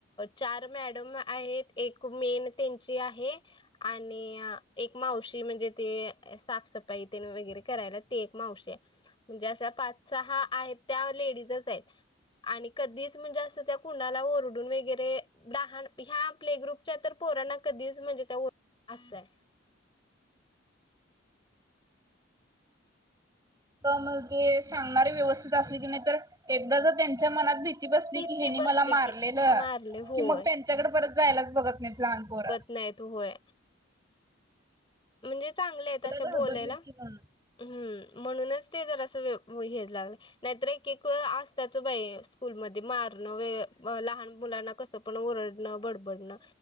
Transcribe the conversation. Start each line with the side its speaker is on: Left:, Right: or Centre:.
Left: चार मॅडम आहेत, एक मेन त्यांची आहे आणि एक मावशी म्हणजे ते साफसफाई वगैरे करायला, ते एक मावशी ये. म्हणजे, अशा पाच सहा आहेत, त्या लेडीजच येत आणि कधीच म्हणजे असं, त्या कुणाला ओर डून वगैरे, लहान ह्या प्ले -ग्रुपच्या तर पोरांना कधीच म्हणजे त्या असय
Right: पण मग तें सांगणारे व्यवस्थित असले की नईतर, एकदा जर त्यांच्या मनात भीत ी बसली
Left: भीती
Right: की हेनी
Left: बसली
Right: मला मारलेलं,
Left: की मारले होय
Right: कि मग त्यांच्याकडे परत जायलाच बघत नई लहानपोर.
Left: नाही, तू होय. म्हणजे चांगल्या आहेत, अशा
Right: एकदा घाबरलीत
Left: बोलायला.
Right: की म्हणून
Left: हम्म, म्हणूनच ते जर असं व हेच लागल नाहीतर एक-एक असतात बाई, स्कूलमध्ये मारणं व लहान मुलांना कसं पण ओरडणं, बडबडणं